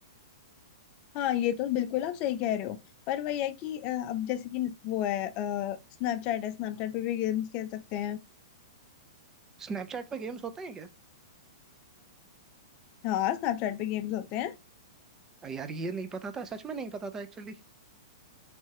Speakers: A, on the left; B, on the right.
A: हाँ ये तो बिल्कुल आप सही कह रहे हो पर वही है कि अ, अब जैसे कि वो है स्नैपचैट है स्नैपचैट पे भी गेम्स खेल सकते हैं
B: स्नैपचैट पे गेम्स होते हैं क्या
A: हाँ स्नैपचैट पे गेम्स होते हैं
B: यार ये नहीं पता था सच में नहीं पता था एक्चुअली